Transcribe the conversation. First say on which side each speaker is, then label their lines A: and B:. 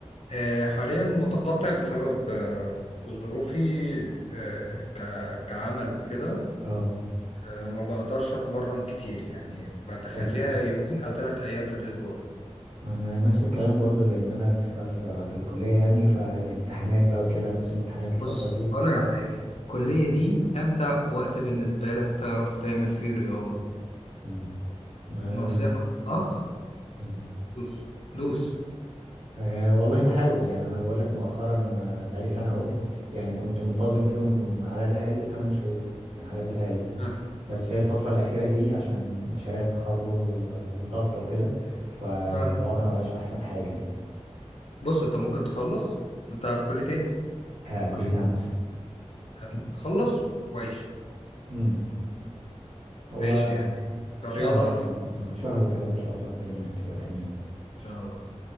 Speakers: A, on the left (about 65°); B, on the right (about 70°).
A: آه، حاليا متقطع بسبب آه، ظروفي آه، ك- كعمل وكده
B: اه
A: آه، ما بقدرش اتمرن كتير يعني ب- بخليها
B: ايوه
A: يومين او ثلاث ايام في الاسبوع
B: انا نفس الكلام برضو لان انا لسه في, في الكليه يعني فالامتحانات بقى وكده موسم امتحانات الفتره
A: بص
B: دي
A: هقولك على حاجة الكلية
B: مم.
A: دي أمتع وقت بالنسبة لك تعرف تعمل فيه رياضة
B: مم. ما
A: نصيحة من أخ
B: مم.
A: دوس دوس
B: آه والله بحاول يعني انا بقول لك مؤخرا آه، بقالي سنه اهو
A: مم.
B: يعني كنت منتظم فيهم على الاقل 8 شهور يعني على الاقل
A: آه.
B: بس هي الفترة الأخيرة دي عشان مشاريع التخرج و- والضغط وكده فالوضع
A: آه.
B: ما بقاش أحسن حاجة يعني
A: بص أنت ممكن تخلص أنت في كلية إيه؟
B: آه كلية هندسة
A: حلو خلص وعيش
B: امم هو
A: عيش يعني كرياضة
B: شهر يعني
A: أحسن
B: اه شهر كده وإن شاء الله الدنيا تبقى تمام
A: إن شاء الله